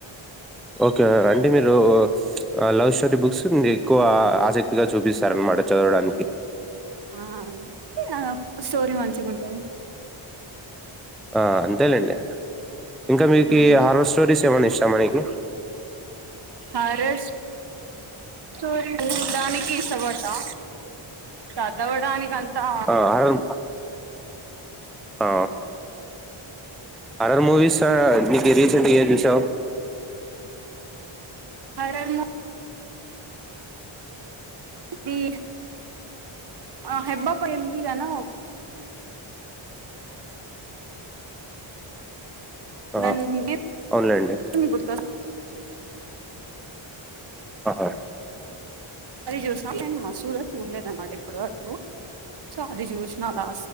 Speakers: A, in the centre; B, on the right.
A: ఓకే అంటే మీరు ఆ లవ్ స్టోరీ బుక్స్ మీకు ఆసక్తిగా చూపిస్తారనమాట చదవడానికి
B: ఆ అంటే నాకు స్టోరీ మంచిగుంటధి
A: ఆ అంతేలేండి ఇంకా మీకి
B: ఊ
A: హారర్ స్టోరీస్ ఏమైనా ఇష్టమా నీకి
B: హరస్ స్టోరీ చుడానికి ఇష్టపడతా చదవడానికి అం తా
A: ఆ హారర్ ఆ హారర్ మూవీస్ ఆ నీకి రీసెంట్ గా ఏం చూసావ్
B: హరర్ ము అది అ
A: ఆ
B: దాని వి వీప్
A: అవునులేండి
B: గుర్తొస్తా
A: ఆ
B: అది చూస నేన్ మసూద చూడలేదమాట ఎప్పటి వరకు సో అది చూసిన అలా